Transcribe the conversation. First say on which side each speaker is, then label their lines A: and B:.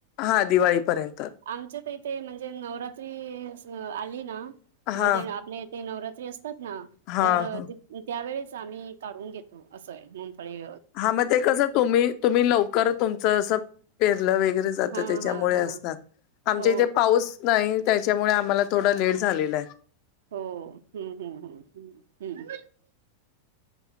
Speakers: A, on the left; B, on the right.
A: हा दिवाळीपर्यंत
B: आमच्या तर इथे म्हणजे नवरात्री आस आली ना
A: हा
B: म्हणजे आपले ते नवरात्री असतात ना
A: हा
B: तर
A: ह
B: त्यावेेळेस आम्ही काढून घेतो असं आहे मग फळे
A: हा मग ते कसं तुम्ही तुम्ही लवकर तुमचं असं पेरलं वगैरे जात
B: हा
A: त्याच्यामुळे
B: हा हा
A: असतात आमच्या
B: हो
A: इथे पाऊस नाही त्याच्यामुळे आम्हाला थोडा लेट झालेला आहे
B: हो हम्म हम्म हम्म हम्म हम्म